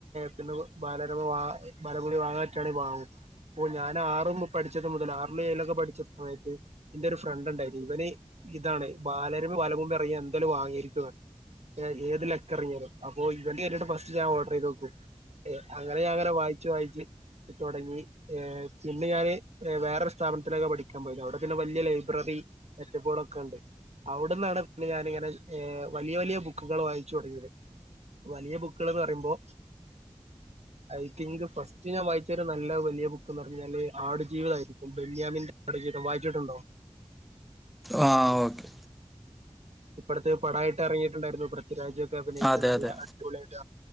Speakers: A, on the right; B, in the centre.
A: പിന്നെ ബാലരമ വാ ബാലഭൂമി വാങ്ങായിട്ടാണ് വാങ്ങുന്നത് അപ്പോ ഞാൻ ആറും പഠിച്ചത് മുതൽ ആറില ഏയിലൊക്കെ പഠിച്ച സമയത്ത് എന്റെ ഒരു ഫ്രണ്ട് ഉണ്ടായിരുന്നു ഇവന് ഇതാണ് ബാലരമ്പ് വലകുമ്പ് ഇറങ്ങി എന്തേലും വാങ്ങിയിരിക്കുവ ഏത് ലക്ക ഇറങ്ങിയാലും അപ്പൊ ഇവന്റെ കഞ്ഞിട്ട് ഫസ്റ്റ് ഞാൻ ഓർഡർ ചെയ്ത് നോക്കു അങ്ങനെ ഞാങ്ങനെ വായിച്ചു വായിച്ച് തുടങ്ങി പിന്നെ ഞാൻ വേറൊരു സ്ഥാപനത്തിലൊക്കെ പഠിക്കാൻ പോയത് അവിടെ പിന്നെ വലിയ ലൈബ്രറി മെറ്റപ്പോളൊക്കെ ഉണ്ട് അവിടെന്നാണ് പിന്നെ ഞാനിങ്ങനെ വലിയ വലിയ ബുക്കുകൾ വായിച്ചു തുടങ്ങിയത് വലിയ ബുക്കുകൾന്ന് പറയുമ്പോൾ ഐ തിങ്ക് ഫസ്റ്റ് ഞൻ വായിച്ച ഒരു നല്ല ബുക്ക്ന്ന് പറഞ്ഞാല് ആടുജീവിത ആയിരിക്കും ബെന്യാമിന്റെ ആടുജീവിതം വായിച്ചിട്ടുണ്ടോ
B: ആഹ ഓക്കെ
A: ഇപ്പോഴത്തെ പടായിട്ട് ഇറങ്ങിയിട്ടുണ്ടായിരുന്നു പൃഥ്വിരാജ ക്കെ അഭിനയിച്ച
B: അതെ
A: നല്ല
B: അതെ
A: അടിപൊളിയായിട്ട്